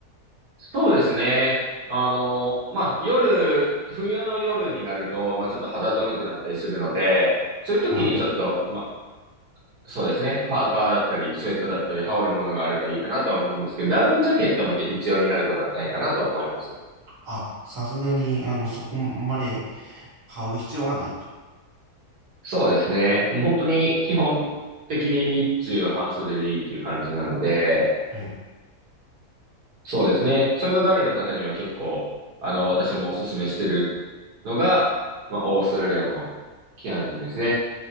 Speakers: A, on the right (about 80°); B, on the right (about 55°).
A: そうですね。あの、まあ、夜、冬の夜になると、まあ、ちょっと肌寒くなったりするので、そういう時にちょっと、
B: はい。
A: まそうですね。パーカーだったり、スウェットだったり、羽織るものがあればいいかなとは思うんですけど、ダウンジャケットまで必要になることはないかなと思います。
B: あ、さすがに、あの、そこまで羽織る必要はないと。
A: そうですね。もう本当に基本的に日中は半袖でいいっていう感じなので、
B: はい。
A: そうですね。寒がりの方には結構、あの、私もおすすめしてるのが、まあ、オーストラリアのキアンズですね。